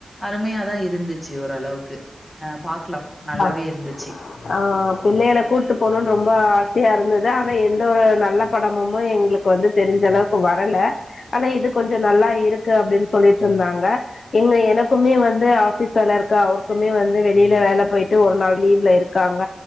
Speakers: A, on the left; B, on the left.
A: அருமையாதா இருந்துச்சு ஓரளவுக்கு அ பார்க்கலாம். நல்லாவே
B: ஆ
A: இருந்துச்சு.
B: ஆ ஆ பிள்ளைகள கூட்டு போனுன்னு ரொம்ப ஆசையா இருந்துச்சு ஆனா எந்த ஒரு நல்ல படமுமே எங்களுக்கு வந்து தெரிஞ்ச அளவுக்கு வரல ஆனா இது கொஞ்சோ நல்லா இருக்கு அப்டின்னு சொல்லிட்டு இருந்தாங்க இங்க எனக்குமே வந்து ஆபீஸ் வேல இருக்கு அவருக்குமே வந்து வெளியில வேல போயிட்டு ஒரு நாள் லீவ்ல இருக்காங்க